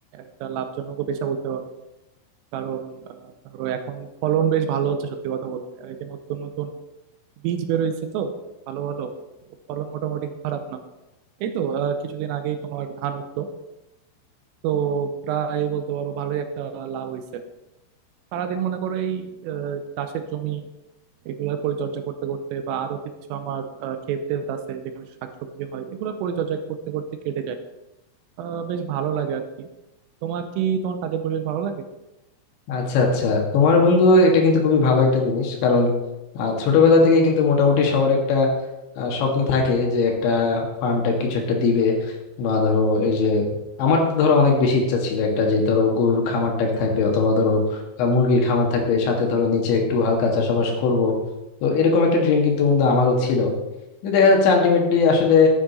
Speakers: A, on the right; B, on the left.
A: একটা লাভজনক পেশা বলতে পারো কারণ আহ, ধরো এখন ফলন বেশ ভালো হচ্ছে সত্যি কথা বলতে আর এই যে নতুন নতুন বীজ বেরোইছে তো ভালো ভালো তো ফলন মোটামুটি খারাপ না এই তো আহ, কিছুদিন আগেই তোমার ধান উঠলো তো প্রায় বলতে পারো ভালোই একটা লাভ হইছে সারাদিন মনে করো এই আহ, চাষের জমি এগুলোর পরিচর্যা করতে করতে বা আরো কিছু আমার আহ, ক্ষেত টেত আছে যেখানে শাকসবজি হয় এগুলো পরিচর্যা করতে করতে কেটে যায় আহ, বেশ ভালো লাগে আর কি তোমার কি তোমার কাজের পরিবেশ ভালো লাগে
B: আচ্ছা আচ্ছা তোমার বন্ধু এটা কিন্তু খুবই ভালো একটা জিনিস কারণ আহ, ছোটবেলা থেকেই কিন্তু মোটামুটি সবার একটা আহ, স্বপ্ন থাকে যে একটা ফার্ম টাইপ কিছু একটা দিবে বা ধরো এই যে আমার তো ধরো অনেক বেশি ইচ্ছা ছিল একটা যে ধরো গরুর খামার টাইপ থাকবে অথবা ধরো আহ, মুরগির খামার থাকবে সাথে ধরো নিচে একটু হালকা চাষাবাস করব তো এরকম একটা ড্রিম কিন্তু বন্ধু আমারও ছিল কিন্তু দেখা যাচ্ছে আলটিমেটলি আসলে